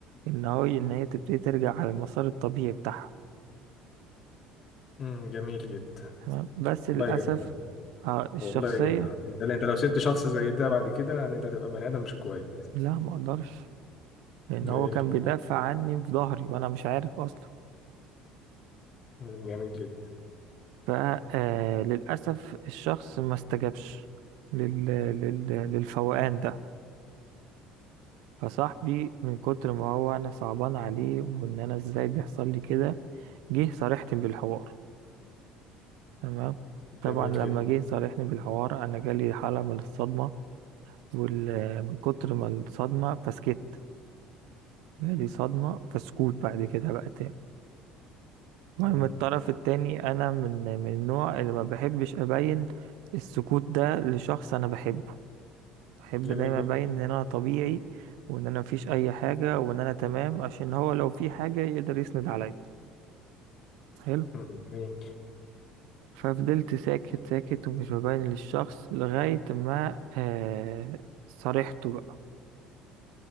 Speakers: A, on the right; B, on the left.
A: ان هو ان هي تبتدي ترجع على المسار الطبيعي بتاعها
B: مم. جميل جدا
A: تمام بس
B: والله
A: للاسف
B: جميل
A: آه الشخصيه
B: والله يا جدع انت انت لو سبت شخص زي ده بعد كده يعني انت هتبقى بني ادم مش كويس
A: لا ما اقدرش لان
B: جميل
A: هو كان
B: جدا
A: بيدافع عني في ظهري وانا مش عارف اصلا
B: مم، جميل جدا
A: فللأسف الشخص ما استجابش لل... لل... للفوقان ده فصاحبي من كتر ما هو أنا صعبان عليه وإن أنا إزاي بيحصل لي كده جه صارحني بالحوار تمام طبعا
B: جميل
A: لما
B: جدا
A: جه صارحني بالحوار أنا جالي حالة من الصدمة وال... من كتر ما الصدمة فسكت جالي صدمة فسكوت بعد كده بقى تاني المهم
B: مم،
A: الطرف التاني أنا من من النوع اللي ما بحبش أبين السكوت ده لشخص أنا بحبه بحب
B: جميل
A: دايما
B: جدا
A: ابين ان انا طبيعي وان انا مفيش اي حاجه وان انا تمام عشان هو لو في حاجه يقدر يسند عليا حلو
B: مم، جميل
A: ففضلت ساكت ساكت ومش ببين للشخص لغايه ما آه صارحته بقى